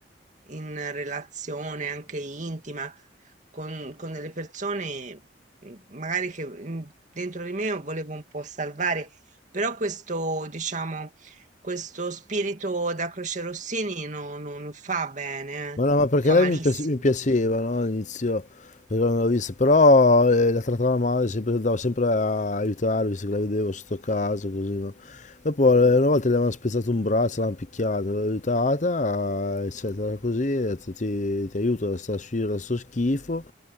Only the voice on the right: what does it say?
in relazione anche intima con, con delle persone, mm, magari che mm, dentro di me volevo un po' salvare, però questo, diciamo questo spirito da Croce Rossini no- no- non fa bene, eh,
fa
malissimo.